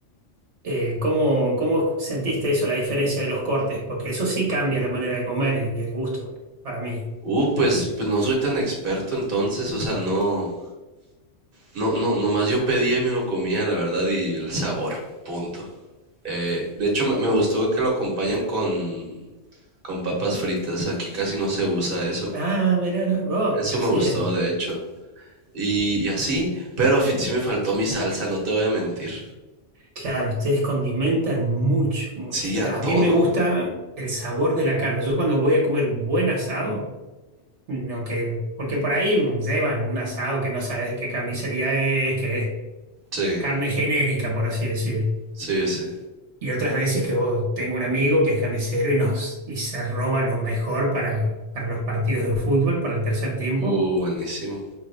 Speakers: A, on the right (about 75°); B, on the right (about 50°).
A: Eh, ¿cómo, cómo sentiste eso, la diferencia de los cortes? Porque eso sí cambia la manera de comer y el gusto, para mí.
B: Uh, pues, pues no soy tan experto entonces, o sea, no, No, no, nomás yo pedía y me lo comía, la verdad, y el sabor, punto. Eh, de hecho, me, me gustó que lo acompañan con, con papas fritas. Aquí casi no se usa eso.
A: Ah, mirá, no, vos,
B: Eso
A: acá
B: me
A: sí
B: gustó,
A: es.
B: de hecho. Y, y así, pero fi- sí me faltó mi salsa, no te voy a mentir.
A: Claro, ustedes condimentan mucho, mucho.
B: Sí, a todo.
A: A mí me gusta el sabor de la carne. Yo cuando voy a comer un buen asado, no que, porque por ahí llevan un asado que no sabes de qué carnicería es, que es
B: Sí,
A: carne genérica, por así decir.
B: sí, sí.
A: Y otras veces que vos- tengo un amigo que es carnicero y, nos, y se roba lo mejor para, para los partidos de fútbol, para el tercer tiempo,
B: Uh, buenísimo.